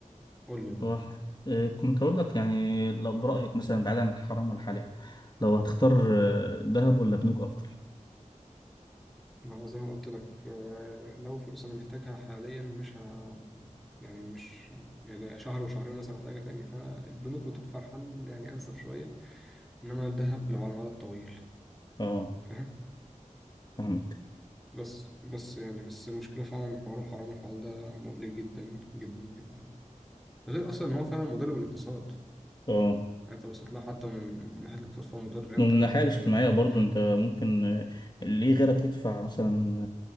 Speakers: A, in the centre; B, on the left (about 35°).
A: قول لي أه
B: هو ح- آه، كنت أقول لك يعني لو برأيك مثلا بعيدا عن الحرام والحلال لو هتختار آه، دهب ولا بنوك أفضل؟
A: ما هو زي ما قلت لك آه، لو فلوس أنا محتاجها حاليا مش ه يعني مش يعني شهر وشهرين مثلا محتاجها تاني فالبنوك بتوفر حل يعني أنسب شوية إنما الذهب لو على المدى الطويل
B: اه
A: فاهم
B: فاهمك
A: بس بس يعني بس المشكلة فعلا حوار الحرام والحلال ده مقلق جدا جدا جدا غير اصلا ان هو فعلا مضر بالاقتصاد يعني
B: اه
A: انت بصيت لها حتى من من ناحيه الاقتصاد فهو مضر لان
B: ومن
A: انت
B: الناحية
A: انت
B: الاجتماعية
A: بت...
B: برضو أنت ممكن آه، ليه غيرك يدفع مثلا